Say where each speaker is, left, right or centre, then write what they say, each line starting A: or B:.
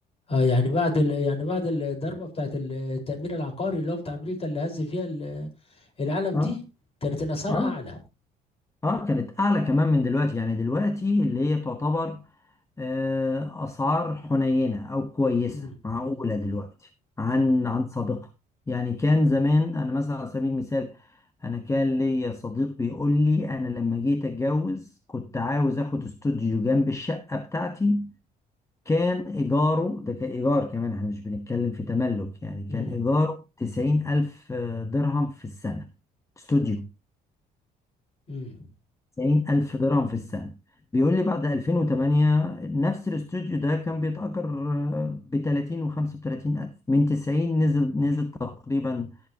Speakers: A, on the left (about 35°); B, on the left (about 15°).
A: اه يعني بعد ال... يعني بعد الضربة بتاعت التأمين العقاري اللي هو بتاع أمريكا اللي هز فيها ال- العالم
B: اه
A: دي كانت الأسعار
B: اه
A: أعلى
B: اه كانت أعلى كمان من دلوقتي يعني دلوقتي اللي هي تعتبر آه، أسعار حنينة أو كويسة
A: مم.
B: معقولة
A: مم.
B: دلوقتي عن
A: مم.
B: عن سابقة يعني كان زمان أنا مثلا على سبيل المثال أنا كان ليا صديق بيقول لي أنا لما جيت أتجوز كنت عاوز آخد استوديو جنب الشقة بتاعتي كان إيجاره ده كان إيجار كمان إحنا مش بنتكلم في تملك يعني
A: مم.
B: كان إيجاره تسعين ألف درهم في السنة استوديو
A: مم.
B: 90 ألف درهم في السنة بيقول لي بعد 2008 نفس الاستوديو ده كان بيتأجر آه، ب 30 و 35 ألف من 90 نزل نزل تقريبا